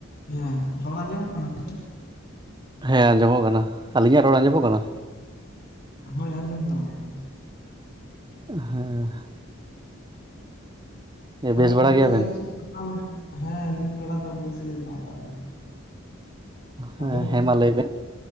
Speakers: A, on the left (about 50°); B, on the right (about 20°).
A: ᱦᱮᱸ ᱨᱚᱲ ᱟᱸᱡᱚᱢᱚᱜ ᱠᱟᱱᱟ ᱥᱮ?
B: ᱦᱮᱸ ᱟᱸᱡᱚᱢᱚᱜ ᱠᱟᱱᱟ ᱟᱞᱤᱧᱟᱜ ᱨᱚᱲ ᱟᱸᱡᱚᱢᱚᱜ ᱠᱟᱱᱟ
A: ᱦᱮᱸ ᱟᱸᱡᱚᱢ ᱧᱟᱢᱚᱜ ᱠᱟᱱᱟ
B: ᱦᱮᱸ
A: ᱛᱟᱦᱚᱞᱮ
B: ᱵᱮᱥ ᱵᱟᱲᱟ
A: ᱜᱚᱝᱠᱮ
B: ᱜᱮᱭᱟᱵᱮᱱ
A: ᱪᱮᱫ ᱦᱮᱸ ᱱᱤᱛ ᱵᱮᱲᱟ ᱫᱚ ᱵᱮᱥ ᱜᱮ ᱢᱮᱱᱟᱜ ᱟᱠᱟᱫ ᱞᱤᱧᱟ
B: ᱦᱮᱸ
A: ᱟᱵᱮᱱ
B: ᱦᱮᱸ ᱢᱟ ᱞᱟᱹᱭᱵᱮᱱ